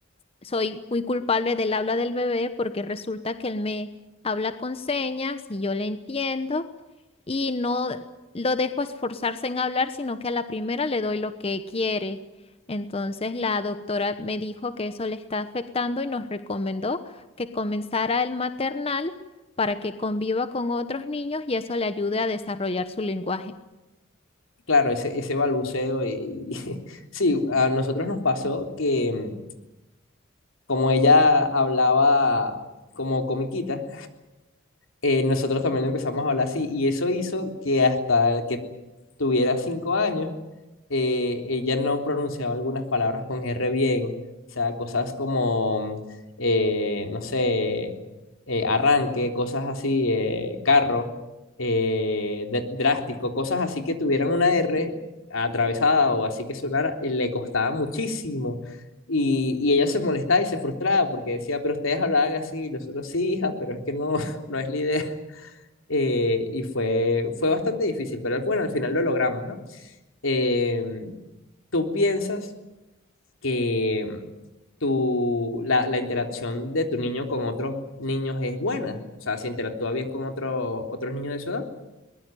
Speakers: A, on the left; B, on the left.
A: soy muy culpable del habla del bebé porque resulta que él me habla con señas y yo le entiendo y no lo dejo esforzarse en hablar, sino que a la primera le doy lo que quiere. Entonces la doctora me dijo que eso le está afectando y nos recomendó que comenzara el maternal para que conviva con otros niños y eso le ayude a desarrollar su lenguaje.
B: Claro, ese, ese balbuceo y <laughs> sí, a nosotros nos pasó que mm, como ella hablaba como comiquita, eh, nosotros también le empezamos a hablar así y eso hizo que hasta que tuviera cinco años, eh, ella no pronunciaba algunas palabras con R bien, o sea, cosas como, eh, no sé, eh, arranque, cosas así, eh, carro, eh, de- drástico, cosas así que tuvieran una R atravesada o así que sonara, eh, le costaba muchísimo. Y, y ella se molestaba y se frustraba porque decía, pero ustedes hablaban así, y nosotros sí, hija, pero es que no, no es la idea. <laughs> Eh, y fue, fue bastante difícil, pero bueno, al final lo logramos, ¿no? Eh, ¿tú piensas que tu, la, la interacción de tu niño con otros niños es buena? O sea, ¿se interactúa bien con otros otros niños de su edad?